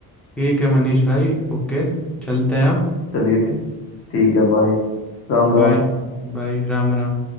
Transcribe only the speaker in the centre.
ठीक है मनीष भाई ओके चलते हैं अब
बाय
बाय राम राम